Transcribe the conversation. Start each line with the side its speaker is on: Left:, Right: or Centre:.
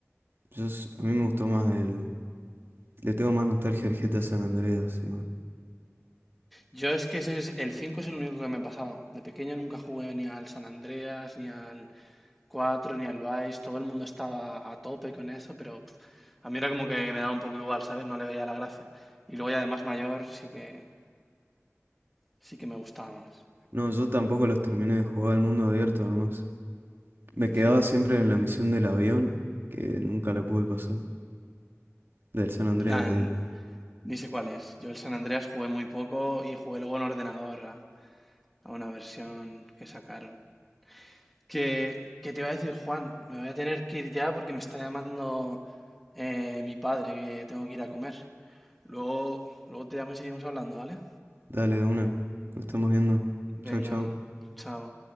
Right: Yo s- a mí me gustó más el, Le tengo más nostalgia al GTA San Andreas, igual.
Centre: Yo es que ese es, el 5 es el único que me ha pasado. De pequeño nunca jugué ni al San Andreas, ni al 4 ni al Vice. Todo el mundo estaba a tope con eso, pero pf, a mí era como que me daba un poco igual, ¿sabes? No le veía la gracia. Y luego ya de más mayor sí que, sí que me gustaba más.
Right: No, yo tampoco los terminé de jugar al mundo abierto nomás. Me quedaba
Centre: <laughs>
Right: siempre en la misión del avión, que nunca la pude pasar. Del San Andreas,
Centre: Nah,
Right: digo.
Centre: n- ni sé cuál es. Yo el San Andreas jugué muy poco y jugué luego en ordenador a, a una versión que sacaron. Que, que te iba a decir, Juan, me voy a tener que ir ya porque me está llamando eh, mi padre, que tengo que ir a comer. Luego, luego te llamo y seguimos hablando, ¿vale?
Right: Dale, de una. Nos estamos viendo. Chau,
Centre: Venga,
Right: chau.
Centre: chao.